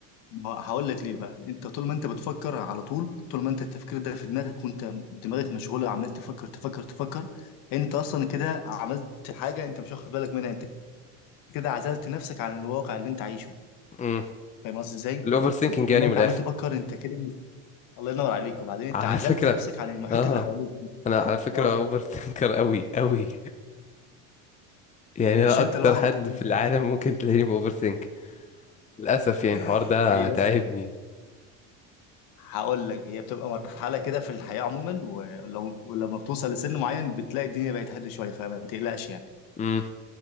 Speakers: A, on the left; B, on the left.
A: ما هو هقول لك ليه بقى انت طول ما انت بتفكر على طول طول ما انت التفكير ده في دماغك وانت دماغك مشغوله عمال تفكر تفكر تفكر انت اصلا كده عملت حاجه انت مش واخد بالك منها انت كده عزلت نفسك عن الواقع اللي انت عايشه
B: امم
A: فاهم قصدي ازاي
B: الأوفر ثينكينج
A: انت طول
B: يعني
A: ما
B: من
A: انت
B: الآخر
A: عمال تفكر انت كده مش... الله ينور عليك وبعدين انت
B: على
A: عزلت
B: فكرة
A: نفسك عن المحيط
B: اه
A: اللي حواليك انت
B: أنا على فكرة
A: اه
B: أوفر ثينكر أوي أوي يعني
A: مش
B: انا
A: انت
B: اكتر
A: لوحدك
B: حد
A: والله
B: في العالم ممكن تلاقيني باوفر ثينك للاسف يعني الحوار
A: <laughs>
B: ده
A: هي بس
B: تعبني
A: هقول لك هي بتبقى مرحلة كده في الحياة عموما ولو ولما بتوصل لسن معين بتلاقي الدنيا بقت هادية شوية فما تقلقش يعني
B: امم